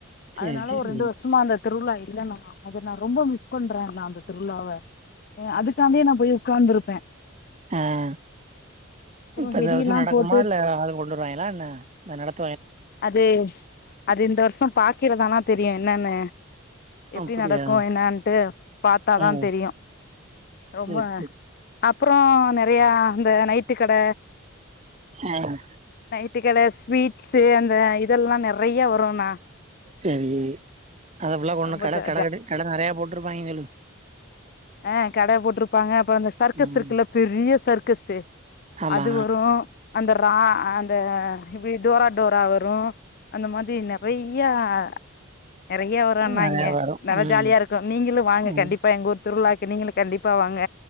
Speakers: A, on the right; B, on the left.
A: சரி
B: அதனால
A: சரி
B: ஒரு ரெண்டு வருஷமா அந்த திருவிழா இல்லன்ன மா. அது நான் ரொம்ப மிஸ் பண்றேன் நான் அந்த திருவிழாவ எ அதுக்காந்தே நா போய் உட்காந்திருப்பே
A: ஆஹ்
B: அப்புறோ
A: இப்ப
B: வெடியெல்லா
A: இந்த வர்ஷோ நடக்குமா
B: போட்டு
A: இல்ல கொண்டு வருவாய்களா என்ன நடத்
B: அதே ச்ச் அது இந்த வர்சோ பாக்கிறதானா தெரியு என்னன்னு எப்டி
A: அப்டியா
B: நடக்கொ என்னான்ட்டு பாத்தா தா
A: ம்
B: தெரியு ரொம்ப
A: சரி சரி
B: அப்றோ நெறய அந்த நைட்டு கட
A: ஆஹ்
B: இருட்டுக்கட ஸ்வீட்ஸ் தே அந்த இதெல்லா நெறைய வருண்ணா
A: செரி அதஃபுல்லா போட்னு
B: ரொம்ப
A: கட
B: ஜா
A: கட கட்டி கட நறையா போட் ட்ருப்பாய்ங்கலு
B: ஆஹ் கட போட்ருப்பாங்க அப்றோ அந்த சர்க்கஸ்
A: ம்
B: இருக்குல்ல பெரிய சர்க் கஸ்தே
A: ஆமா
B: அது வரு அந்த ரா அந்த இப்டி டோரா டோரா வரோ அந்த மாதி நறைய்யா அ நறைய்ய வரோண்ணா
A: நெறையா
B: இங்க
A: வரும்
B: நல்லா
A: ம்
B: ஜாலியாயிர்க்கு நீங்களு வாங்க
A: ம்
B: கண்டிப்பா எங்க ஊர் த்திருள்ளாக் நீங்களு கண்டிப்பா வாங்க